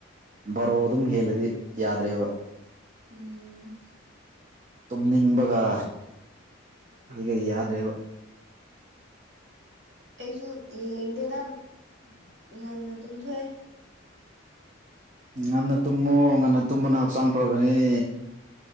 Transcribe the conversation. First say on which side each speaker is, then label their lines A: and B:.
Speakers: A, on the right; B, on the right.
A: ꯕꯥꯔꯣ ꯑꯗꯨꯝ ꯍꯦꯜꯂꯗꯤ ꯌꯥꯗ꯭ꯔꯦꯕ
B: ꯎꯝ
A: ꯇꯨꯝꯅꯤꯡꯕꯒ ꯑꯩ ꯀꯔꯤ ꯌꯥꯗ꯭ꯔꯦꯕ
B: ꯑꯩꯁꯨ ꯌꯦꯡꯅꯤꯡꯗꯦꯗ ꯉꯟꯅ ꯇꯨꯝꯊꯣꯛꯑꯦ
A: ꯉꯟꯅ ꯇꯨꯝꯃꯨ ꯉꯟꯅ ꯇꯨꯝꯕꯅ ꯍꯛꯆꯥꯡ ꯐꯕꯅꯤ